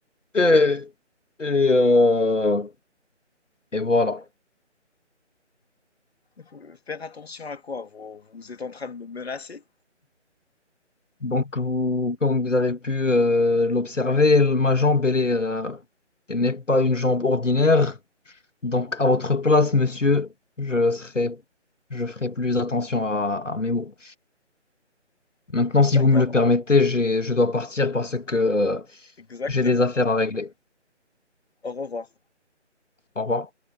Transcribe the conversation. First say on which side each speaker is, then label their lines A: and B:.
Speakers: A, on the left; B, on the left.
A: Et, et, euh, et voilà.
B: Euh, Faire attention à quoi? Vous, vous êtes en train de me menacer?
A: Donc, vous, comme vous avez pu euh, l'observer, ma jambe, elle est, euh, elle n'est pas une jambe ordinaire. Donc, à votre place, monsieur, je serai, je ferai plus attention à, à mes mots. Maintenant, si
B: D'accord,
A: vous me le permettez, j'ai- je dois partir parce que euh,
B: exactement.
A: j'ai des affaires à régler.
B: Au revoir.
A: Au revoir.